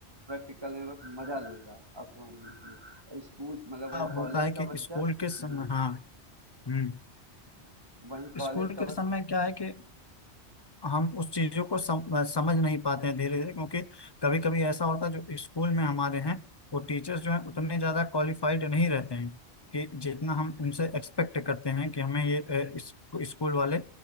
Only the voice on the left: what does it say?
हाँ, होता
है कि
स्कूल के समय
हाँ हम्म
स्कूल
के
समय क्या है कि हम उस चीजों को सम, समझ नहीं पाते हैं धीरे धीरे क्योंकि कभी कभी ऐसा होता है जो स्कूल में हमारे हैं वो टीचर्स जो हैं उतने ज्यादा क्वालिफाइड नहीं रहते हैं कि जितना हम उनसे एक्सपेक्ट करते हैं कि हमें ये अ, इस, स्कूल वाले